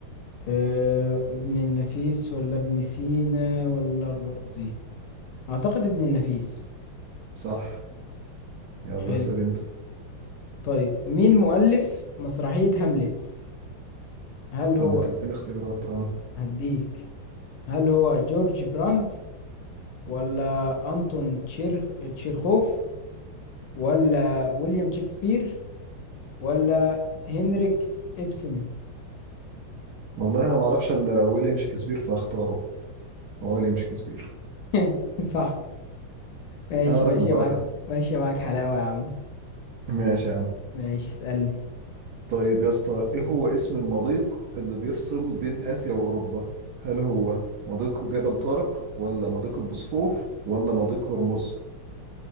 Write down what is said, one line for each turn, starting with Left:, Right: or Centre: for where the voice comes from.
Left: آه، ابن النفيس ولا ابن سينا ولا الرازي أعتقد ابن النفيس
Right: صح يلا
Left: حلو
Right: اسأل انت
Left: طيب مين مؤلف مسرحية هاملت هل
Right: طب
Left: هو
Right: ما تديني اختيارات اه
Left: هديك هل هو جورج براند ولا أنتون تشيرخ تشيرخوف ولا ويليام شكسبير ولا هنريك إبسن
Right: والله أنا ما أعرفش إلا ويليام شكسبير فاختاره هو ويليام شكسبير
Left: <laughs> صح ماشي
Right: أنا راجل
Left: ماشي
Right: بركة
Left: معاك ماشي معاك حلاوة يا عم
Right: ماشي يا عم
Left: ماشي اسألني
Right: طيب يا اسطى ايه هو اسم المضيق اللي بيفصل بين آسيا وأوروبا هل هو مضيق جبل طارق ولا مضيق البوسفور ولا مضيق هرمز